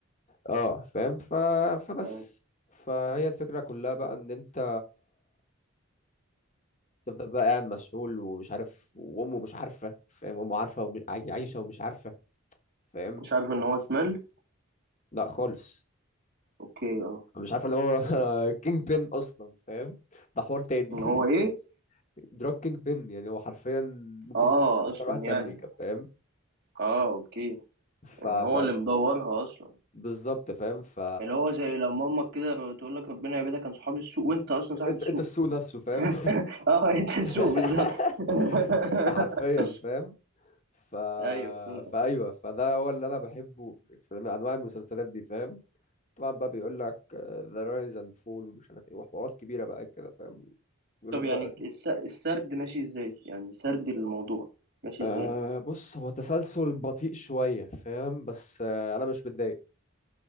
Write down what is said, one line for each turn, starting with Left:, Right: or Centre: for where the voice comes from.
Left: اه فاهم ف... فبس
Right: اه
Left: فهي الفكره كلها بقى ان انت تفضل بقى قاعد مسحول ومش عارف وامه مش عارفه فاهم امه عارفه ومش عايشه ومش عارفه فاهم
Right: مش عارف ان هو شمال
Left: لا خالص
Right: اوكي اه
Left: مش عارف اللي هو <laughs> كينج بين اصلا فاهم ده حوار تاني
Right: ان
Left: <laughs>
Right: هو ايه
Left: دراج كينج بين يعني هو حرفيا ممكن
Right: اه
Left: يكون اخطر
Right: اصلا
Left: واحد في
Right: يعني
Left: امريكا فاهم
Right: اه اوكي
Left: ف,
Right: يعني هو
Left: ف...
Right: اللي مدورها اصلا
Left: بالظبط فاهم ف
Right: اللي هو زي لما امك كده تقول لك ربنا يبعدك كان صحاب السوق وانت اصلا صاحب
Left: انت
Right: السوق
Left: انت السوق نفسه فاهم
Right: <laughs> اه انت السوق
Left: <laughs>
Right: بالظبط <laughs>
Left: ده حرفيا فاهم ف...
Right: ايوه فهمتك
Left: فايوه فده هو اللي انا بحبه في انواع المسلسلات دي فاهم طبعا بقى بيقول لك ذا رايز اند فول ومش عارف ايه وحوارات كبيره بقى كده فاهم يقول
Right: طب
Left: لك بقى
Right: يعني الس- السرد ماشي ازاي يعني سرد الموضوع ماشي
Left: أه
Right: ازاي
Left: بص هو تسلسل بطيء شوية فاهم بس أه أنا مش متضايق